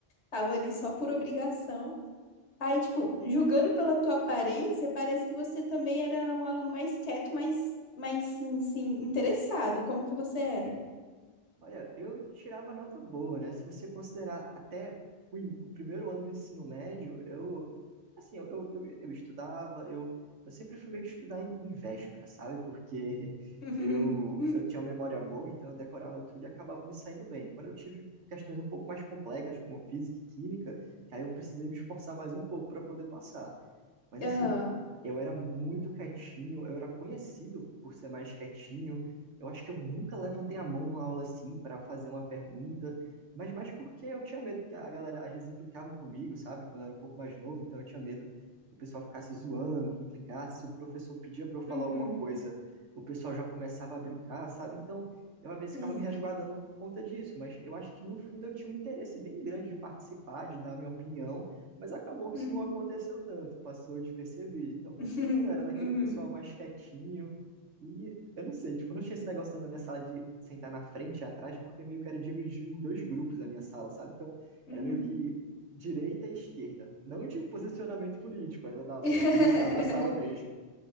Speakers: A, on the left; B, on the right.
A: tava ali só por obrigação. Aí, tipo, julgando pela tua aparência, parece que você também era um aluno mais quieto, mais, mais, assim, interessado. Como que você era?
B: Olha, eu tirava nota boa, né? Se você considerar até o, in- o primeiro ano do ensino médio, eu, assim, eu, eu, eu- eu estudava, eu, eu sempre fui meio de estudar em, em véspera, sabe? Porque <laughs>
A: <laughs>
B: eu, eu tinha uma memória boa, então eu decorava tudo e acabava me saindo bem. Quando eu tive questões um pouco mais complexas, como física e química, que aí eu precisei me esforçar mais um pouco para poder passar. Mas
A: Aham.
B: assim, eu era muito quietinho, eu era conhecido por ser mais quietinho. Eu acho que eu nunca levantei a mão numa aula assim para fazer uma pergunta, mas mais porque eu tinha medo que a galera às vezes implicava comigo, sabe? Quando eu era um pouco mais novo, então eu tinha medo que o pessoal ficasse zoando, que implicasse, se o professor pedia para eu falar
A: Uhum.
B: alguma coisa, o pessoal já começava a brincar, sabe? Então, eu às vezes
A: Sim.
B: ficava me resguardando por conta disso, mas eu acho que no fundo eu tinha um interesse bem grande de participar, de dar a minha opinião. Mas acabou que
A: Uhum.
B: isso não aconteceu tanto, passou despercebido. Então,
A: <laughs>
B: sim, eu era daquele
A: Uhum.
B: pessoal mais quietinho. E eu não sei, tipo, não tinha esse negócio tanto da minha sala de sentar na frente e atrás, porque meio que era dividido em dois grupos a minha sala, sabe? Então,
A: Uhum.
B: era meio que direita e esquerda. Não de posicionamento político, era da, da
A: <laughs>
B: posição da sala mesmo.